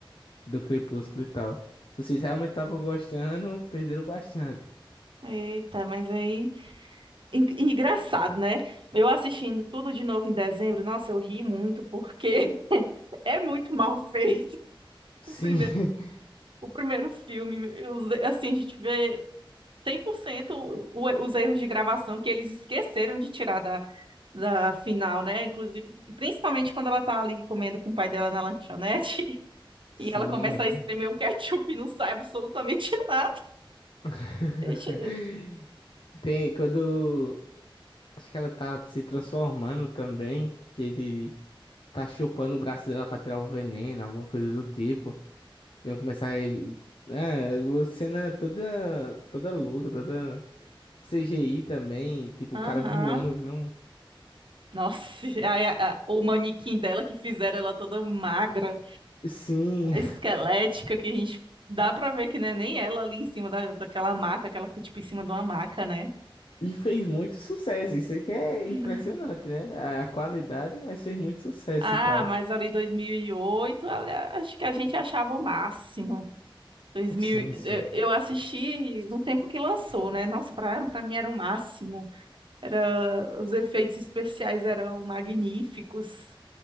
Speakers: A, on the left; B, on the right.
A: do Crepúsculo e tal. Se vocês realmente estavam gostando, perderam bastante.
B: Eita, mas aí. en- Engraçado, né? Eu assistindo tudo de novo em dezembro, nossa, eu ri muito, porque <laughs> é muito mal feito.
A: Sim,
B: O primeiro,
A: <laughs>
B: o primeiro filme, os- assim, a gente vê 100% o- o- os erros de gravação que eles esqueceram de tirar da, da final, né? Inclusive, principalmente quando ela tá ali comendo com o pai dela na lanchonete.
A: sim.
B: E ela começa a espremer um ketchup e não sai absolutamente <laughs> nada.
A: <laughs>
B: Deixa... eu-
A: Tem quando. Acho que ela tá se transformando também, que ele tá chupando o braço dela pra tirar o veneno, alguma coisa do tipo. E ela começa a. É, uma cena toda, toda louca, toda. CGI também, tipo, o
B: Aham.
A: cara voando, que não.
B: Nossa, e aí a- a- o manequim dela que fizeram ela toda magra,
A: Sim,
B: esquelética, que a gente dá pra ver que não é nem ela ali em cima da, daquela maca, que ela fica tipo em cima de uma maca, né?
A: E fez muito sucesso, isso é que é
B: <laughs>
A: impressionante, né? A qualidade, mas fez muito sucesso
B: Ah,
A: e tal.
B: mas ali 2008, olha, acho que a gente achava o máximo. 2000,
A: Sim, sim.
B: eu eu assisti no tempo que lançou, né? Nossa, pra, pra mim era o máximo. Era, os efeitos especiais eram magníficos,